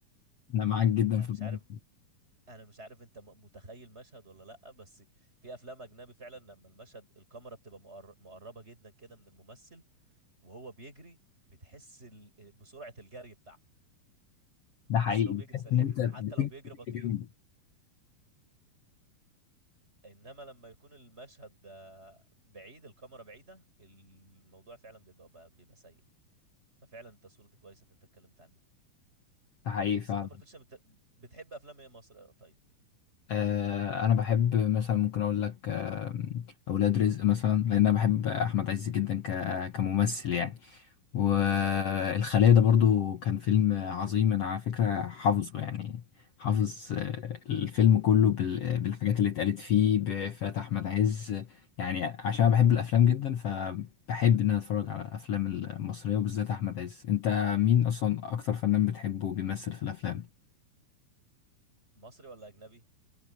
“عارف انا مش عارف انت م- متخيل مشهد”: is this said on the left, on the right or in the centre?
Right